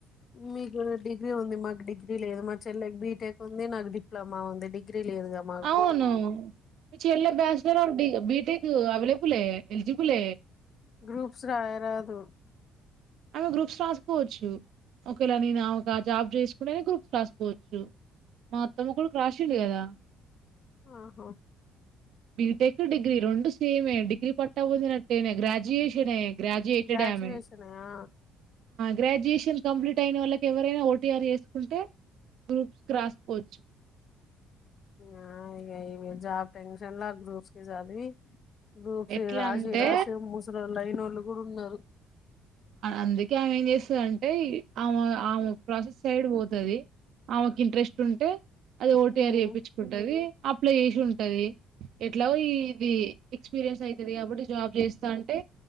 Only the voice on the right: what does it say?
అవును మీ చెల్లి bachelor are B BTech available eligible
ఆమె గ్రూప్స్ రాసుకోవచ్చు ఒకేలా నేను ఒక జాబ్ చేసుకుంటనే గ్రూప్స్ రాసుకోవచ్చు మా అత్తమ్మ కొడుకు రాసిండు కదా
బిటెక్ డిగ్రీ రెండు సేమ్ మే డిగ్రీ పట్ట పోందినట్టేనే గ్రాడ్యుయేషన్ గ్రాడ్యుయేటెడ్
ఆమె
గ్రాడ్యుయేషన్ కంప్లీట్ అయిన వాళ్ళకి ఎవరైనా ఓటీఆర్ చేసుకుంటే గ్రూప్స్ రాసుకోవచ్చు
ఎట్లా
అంటే
అందుకే ఆమె ఏం చేస్తదంటే ఆమె ఆమె ప్రాసెస్ సైడ్ పోతాది ఆమెకు ఇంట్రెస్ట్ ఉంటే అది
ఓటిఆర్ చేపించుకుంటది అపైల్ చేసి ఉంటది ఎట్లా ఈ ఇది ఎక్స్పీరియన్స్ అయితది కాబట్టి జాబ్ చేస్ అంటే